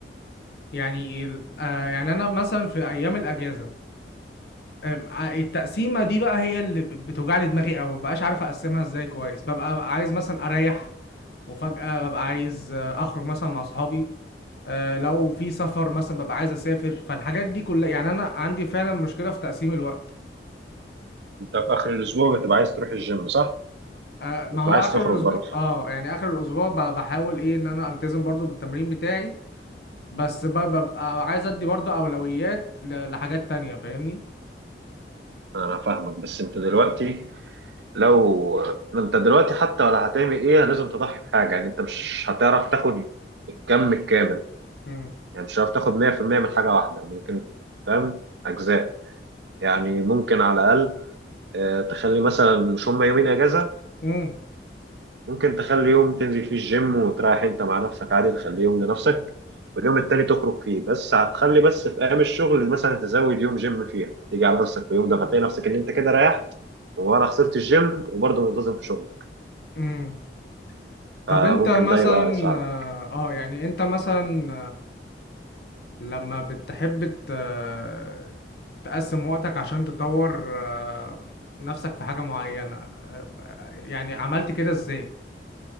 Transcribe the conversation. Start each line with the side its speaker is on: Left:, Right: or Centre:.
Left: يعني ال- آه يعني انا مثلا في ايام الاجازه آم، آه، التقسيمه دي بقى هي اللي بتوجع لي دماغي او مبقاش عارف اقسمها ازاي كويس ببقى عايز مثلا اريح وفجأة ببقى عايز آه، أخرج مثلا مع أصحابي آه، لو في سفر مثلا ببقى عايز أسافر فالحاجات دي كلها يعني أنا عندي فعلا مشكلة في تقسيم الوقت
Right: انت في اخر الاسبوع بتبقى عايز تروح الجيم صح؟
Left: آه، ما
Right: بتبقى
Left: هو
Right: عايز
Left: آخر
Right: تخرج
Left: الأسبوع
Right: برضه
Left: آه يعني آخر الأسبوع ب- بحاول إيه إن أنا ألتزم برضو بالتمرين بتاعي بس ب- ببقى عايز أدي برضو أولويات ل- لحاجات تانية فاهمني؟
Right: انا فاهمك بس انت دلوقتي لو انت دلوقتي حتى ولا هتعمل ايه لازم تضحي بحاجه يعني انت مش هتعرف تاخد الكم الكامل
Left: مم.
Right: يعني مش هتعرف تاخد 100% من حاجه واحده ممكن فاهم اجزاء يعني ممكن على الاقل آه، تخلي مثلا مش هم يومين اجازه
Left: مم.
Right: ممكن تخلي يوم تنزل فيه الجيم وتريح انت مع نفسك عادي تخليه يوم لنفسك واليوم التاني تخرج فيه بس هتخلي بس في ايام الشغل مثلا تزود يوم جيم فيها تيجي على نفسك في يوم ده فتلاقي نفسك ان انت كده ريحت ولا خسرت الجيم وبرضه منتظم في شغلك
Left: مم. طب
Right: فممكن
Left: أنت مثلا
Right: ده يبقى يساعدك
Left: آه آه، يعني أنت مثلا لما بتحب ت- تقسم وقتك عشان تطور آه، نفسك في حاجة معينة آه، يعني عملت كده ازاي؟